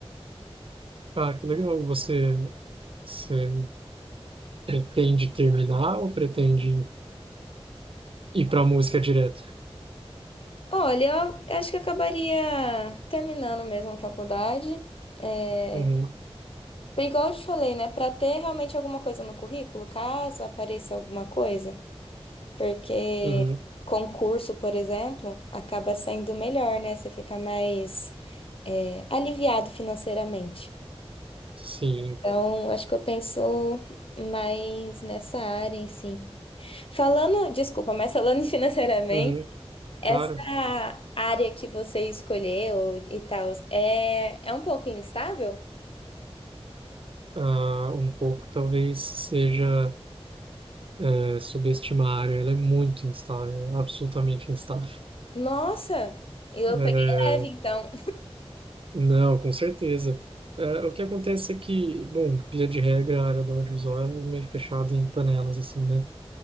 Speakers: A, on the right; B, on the left.
A: Ah, que legal. Você, você pretende terminar ou pretende ir para a música direto?
B: Olha, eu eu acho que eu acabaria terminando mesmo a faculdade. É,
A: Uhum,
B: igual eu te falei, né? Pra ter realmente alguma coisa no currículo, caso apareça alguma coisa. Porque
A: uhum,
B: concurso, por exemplo, acaba saindo melhor, né? Você fica mais é, aliviado financeiramente.
A: sim.
B: Então, acho que eu penso mais nessa área em si. Falando, desculpa, mas falando <laughs> em financeiramente,
A: Uhum,
B: essa
A: claro.
B: área que você escolheu e tal, é, é um pouco instável?
A: Ah, um pouco talvez seja. é, subestimar a área, ela é muito instável, absolutamente instável.
B: Nossa, eu
A: É,
B: peguei leve, então.
A: não, com certeza. É, o que acontece é que, bom, via de regra, a área do audiovisual é meio fechada em panelas, assim, né?